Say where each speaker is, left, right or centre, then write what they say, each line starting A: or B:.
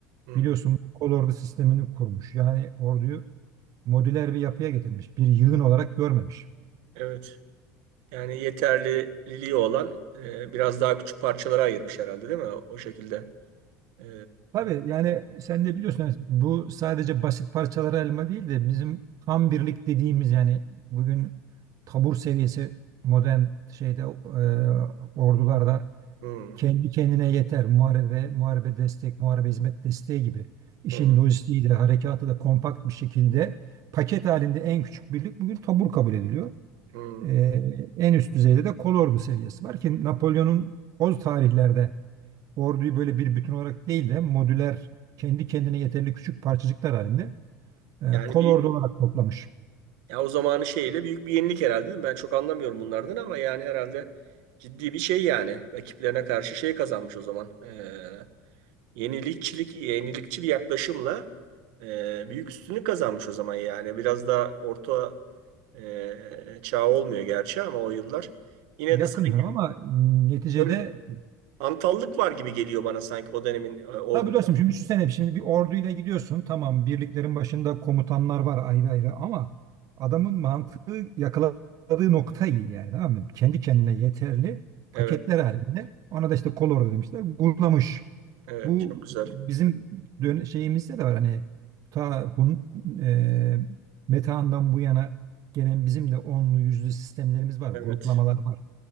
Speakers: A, on the right; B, on the right.
A: hmm,
B: Biliyorsun bu kol ordu sistemini kurmuş. Yani orduyu modüler bir yapıya getirmiş. Bir yığın olarak görmemiş.
A: evet. Yani yeterliliği olan e, biraz daha küçük parçalara ayırmış herhalde değil mi? O, şekilde. E,
B: Tabii yani sen de biliyorsun yani bu sadece basit parçalara elma değil de bizim tam birlik dediğimiz yani bugün tabur seviyesi modern şeyde e, ordularda
A: hmm,
B: kendi kendine yeter. Muharebe, muharebe destek, muharebe hizmet desteği gibi işin
A: hmm,
B: lojistiği de harekatı da kompakt bir şekilde paket halinde en küçük birlik bugün tabur kabul ediliyor.
A: hmm.
B: Ee, en üst düzeyde de kolordu seviyesi var ki Napolyon'un o tarihlerde orduyu böyle bir bütün olarak değil de modüler kendi kendine yeterli küçük parçacıklar halinde e,
A: Yani
B: kolordu
A: bir
B: olarak toplamış.
A: ya o zamanı şeyle büyük bir yenilik herhalde değil mi? Ben çok anlamıyorum bunlardan ama yani herhalde ciddi bir şey yani. Rakiplerine karşı şey kazanmış o zaman. E, Yenilikçilik, yenilikçi bir yaklaşımla e, büyük üstünlük kazanmış o zaman yani. Biraz da orta e, çağ olmuyor gerçi ama o yıllar. Yine
B: Yakın
A: de sanki
B: diyorum ama m, neticede
A: böyle antallık var gibi geliyor bana sanki o dönemin e, ordu.
B: tabii dostum şimdi düşünsene şimdi bir orduyla gidiyorsun tamam birliklerin başında komutanlar var ayrı ayrı ama adamın mantığı yakaladığı nokta iyi yani tamam mı? Kendi kendine yeterli paketler
A: Evet,
B: halinde ona da işte kolordu demişler bulamış.
A: evet
B: Bu
A: çok güzel.
B: bizim dön- şeyimizde de var hani ta Hun, e, Metehan'dan bu yana gelen bizim de onlu yüzlü sistemlerimiz var, gruplamalar
A: Evet.
B: var.